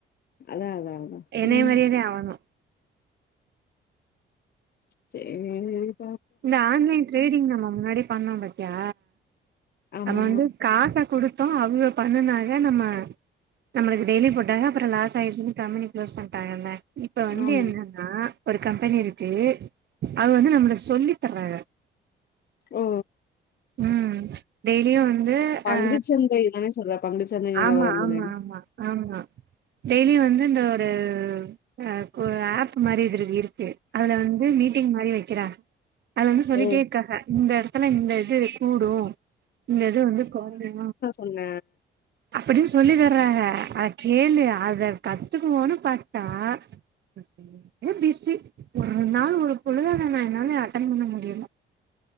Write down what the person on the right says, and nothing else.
என்னே
மாரியே தா அவனு
இந்த ஆன்லைன் ட்ரேடிங் நம்ம முன்னாடியே பண்ணோ பாத்தியா
நம்ம வந்து காச குடுத்தோ அவுங்க பண்ணுணாங்க நம்ம நம்மளுக்கு டெய்லி போட்டாங்க அப்பறோ லாஸ் ஆச்சுன்னு கம்பெனி க்ளோஸ் பண்ணட்டாங்கல்ல இப்ப வந்து
என்னன்னா ஒரு கம்பெனி இருக்கு அது வந்து நம்மளுக் சொல்லி தர்றாங்க
ம் டெய்லியு வந்து
அ
ஆமா ஆமா ஆமா ஆமா டெய்லி வந்து இந்த ஒரு அ கோ ஆப் மாரி இதுல இருக்கு அதுல வந்து மீட்டிங் மாரி வைக்கிறாங் அது வந்து சொல்லிட்டே
இருக்காங்க இந்த எடத்துல இந்த இது கூடு இந்த இது வந்து குறைஞ்சிறு
அப்டின்னு சொல்லி தர்றாக ஆ கேளு அத கத்துக்குவோன்னு பாத்தா ரொம்ப பிஸி ஒரு நாள் ஒரு பொழுதான நா என்னால அட்டன் பண்ண முடில